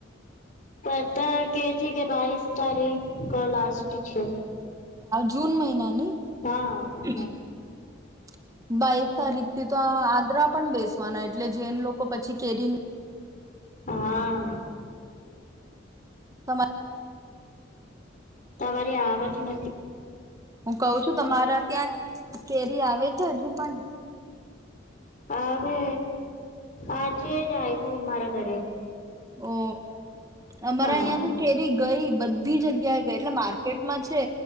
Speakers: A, on the left; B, on the right.
A: પતા કે છે કે બાવીસ તારીખ ક લાસ્ટ છે.
B: જૂન મહિનાની બાવીસ
A: હા
B: તારીખ થી તો આ આદ્રા પણ બેસ પને એટલે જેન લોકો પછી કેરીન
A: હા
B: તમા
A: તમારી આવક ન
B: હું કઉ છું તમારા ત્યાં કેરી આવે છે હજુ પણ
A: આવે આજે જ આવ્યું મારા ઘરે
B: ઓ અમારા
A: હા
B: અયા તો કેરી ગઈ બધી જગ્યાએ ગઈ એટલે માર્કેટમાં છે.